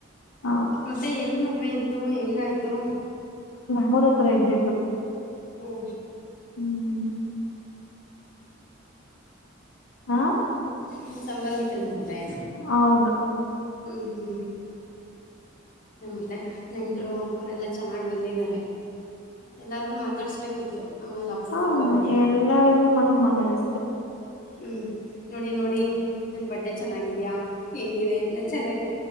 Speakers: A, on the left; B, on the left.
A: ಹೌದು
B: ಮತ್ತೆ ಎ ಮ ಮ ಆಯ್ತು ಹೆಂಗಾಯ್ತು
A: ಮೂರ ಹತ್ರ ಇದ್ದಿದ್ದು
B: ಹ್ಮ
A: ಹ್ಮ್ ಹಾ
B: ನಿ್ಮ ಸಂಬಂಧಿಕರ ಮದ್ುವವೆ
A: ಹೌದು
B: ಹ್ಮ್ ಹ್ಮ್ ಅ ಮೆ ನೆಂಟರು ಅವರೆಲ್ಲ ಚೆನ್ನಾಗಿ ಬಂದಿದ್ದಾರೆ ಎಲ್ಲಾರ್ಗು ಮಾತಾಡ್ಸ್ಬೇಕಿತ್ತು ಆಮೇಲೆ ಅಪರೂಪಕ್ಕೆ
A: ಹಾ
B: ಹೋಗ್ತಿಯಲ್ಲ
A: ಎಲ್ಲರಿಗೂ ಮನ ಮಗಷ್ಟೆ
B: ಹ್ಮ್ ನೋಡಿ ನೋಡಿ ನನ್ ಬಟ್ಟೆ ಚೆನ್ನಾಗಿದ್ಯಾ ಹೆಂಗಿದೆ ನಾನ್ ಚೆನ್ನಾಗ